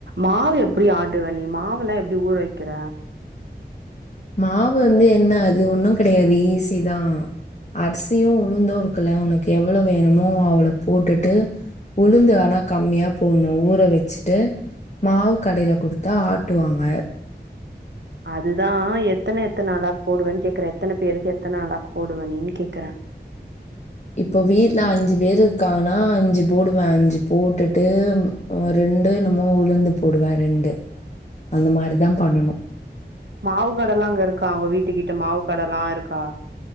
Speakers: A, on the right (about 80°); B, on the left (about 40°).
A: மாவு எப்டி ஆட்டுவ நீ மாவல்லா எப்டி ஊற வக்கிற
B: மாவு வந்து என்ன அது ஒண்ணு கெடையாது ஈஸிதா அரிசியு உளுந்து இருக்குல்ல உனக்கு எவ்வள வேணுமோ அவள போட்டுட்டு உளுந்து ஆனா கம்மியா போணு ஊற வச்சுட்டு மாவு கடைல குடுத்தா ஆட்டுவாங்க
A: அதுதா எத்தன எத்தன அளாக் போடுவன் கேக்குறே எத்தன பேருக்கு எத்தன அளாக் போடுவ நீ கேக்குற
B: இப்ப வீட்ல அஞ்சு பேரு இருக்காங்கன்னா அஞ்சு போடுவ அஞ்சு போட்டுட்டு ரெண்டு எனமோ உளுந்து போடுவ ரெண்டு அந்த மாரி தா பண்ணனு
A: மாவு கட எல்லா அங்க இருக்கா உங்க வீட்டுகிட்ட மாவு கடல்லா இருக்கா